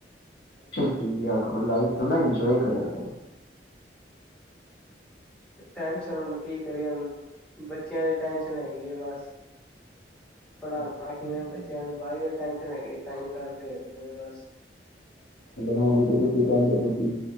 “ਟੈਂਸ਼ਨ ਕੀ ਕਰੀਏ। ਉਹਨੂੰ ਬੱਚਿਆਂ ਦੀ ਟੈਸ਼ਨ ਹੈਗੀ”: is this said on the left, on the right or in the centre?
Centre